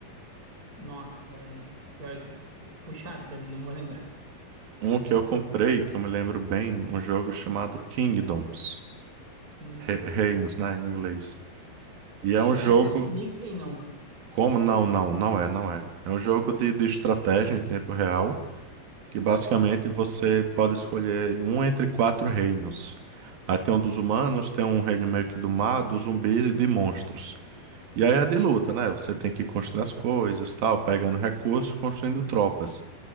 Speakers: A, on the right; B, on the right.
A: Nossa, cara, é pior que puxado pra mim, não vou lembrar.
B: Um que eu comprei, que eu me lembro bem, um jogo chamado Kingdoms,
A: King Kingdom.
B: Re- Reinos, né, em inglês. E é um jogo
A: É aquele do Mickey, não.
B: Como? Não,
A: Do
B: não, não é, não é. É um jogo de, de estratégia em tempo real, que basicamente você pode escolher um entre quatro reinos. Aí tem um dos humanos, tem um reino meio que do mar, dos zumbis e de monstros. E aí é de luta, né? Você tem que construir as coisas, tal, pegando recursos, construindo tropas.